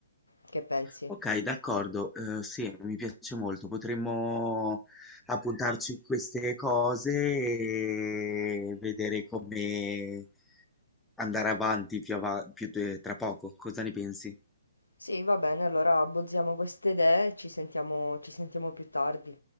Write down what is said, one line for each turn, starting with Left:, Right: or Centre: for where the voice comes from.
Left: Che pensi?
Centre: Ok, d'accordo, eh, sì, mi piace molto, potremmo appuntarci queste cose e vedere come andare avanti più, ava- più de- tra poco, cosa ne pensi?
Left: Sì, va bene, allora abbozziamo queste idee e ci sentiamo, ci sentiamo più tardi.